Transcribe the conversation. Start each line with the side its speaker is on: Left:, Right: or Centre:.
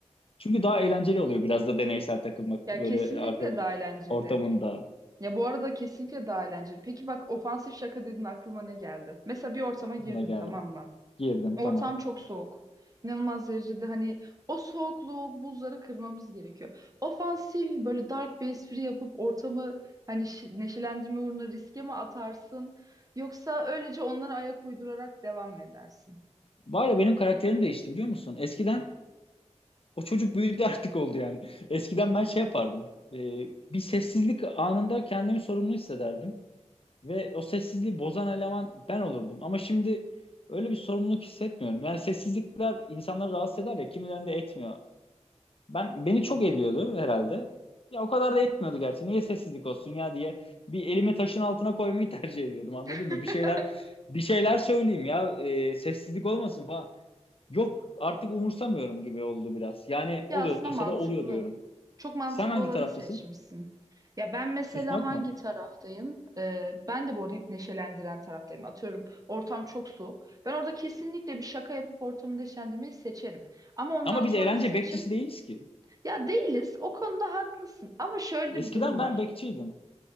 Left: Çünkü daha eğlenceli oluyor biraz da deneysel takılmak
Right: Ya
Left: böyle
Right: kesinlikle
Left: arkadaş
Right: daha eğlenceli.
Left: ortamında
Right: Ya bu arada kesinlikle daha eğlenceli. Peki bak ofansif şaka dedin aklıma ne geldi? Mesela bir ortama girdin
Left: ne geldi.
Right: tamam mı?
Left: Girdim
Right: Ortam
Left: tamam.
Right: çok soğuk. İnanılmaz derecede hani o soğukluğu, buzları kırmamız gerekiyor. Ofansif böyle dark bir espri yapıp ortamı hani şi- neşelendirme uğruna riske mi atarsın? Yoksa öylece onlara ayak uydurarak devam mı edersin?
Left: Var ya benim karakterim değişti biliyor musun? Eskiden O çocuk büyüdü artık oldu yani. Eskiden ben şey yapardım. E, bir sessizlik anında kendimi sorumlu hissederdim. Ve o sessizliği bozan eleman ben olurdum. Ama şimdi öyle bir sorumluluk hissetmiyorum. Yani sessizlikler insanları rahatsız eder ya kimilerinde etmiyor. Ben beni çok ediyordu herhalde. Ya o kadar da etmiyordu gerçi. Niye sessizlik olsun ya diye bir elimi taşın altına koymayı <laughs> tercih ediyordum anladın
Right: <laughs>
Left: mı? Bir şeyler bir şeyler söyleyeyim ya e, sessizlik olmasın falan. Yok artık umursamıyorum gibi oldu biraz. Yani oluyorsa
Right: Ya aslında mantıklı.
Left: da oluyor diyorum.
Right: Çok mantıklı
Left: Sen hangi
Right: olanı
Left: taraftasın?
Right: seçmişsin. Ya ben mesela
Left: Susmak
Right: hangi
Left: mı?
Right: taraftayım? Ee, ben de bu arada hep neşelendiren taraftayım. Atıyorum ortam çok soğuk. Ben orada kesinlikle bir şaka yapıp ortamı neşelendirmeyi seçerim. Ama ondan
Left: Ama biz
Right: sonrası
Left: eğlence bekçisi
Right: için
Left: değiliz ki.
Right: ya değiliz. O konuda haklısın. Ama şöyle
Left: Eskiden
Right: bir durum var.
Left: ben bekçiydim.